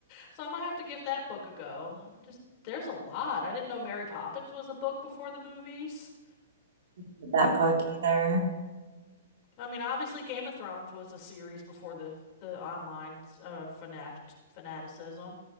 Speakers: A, on the left (about 40°); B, on the right (about 70°).
A: So I might have to give that book a go. I'm just, there's a lot. I didn't know Mary Poppins was a book before the movies.
B: with that book either.
A: I mean, obviously, Game of Thrones was a series before the, the online uh, fanat fanaticism.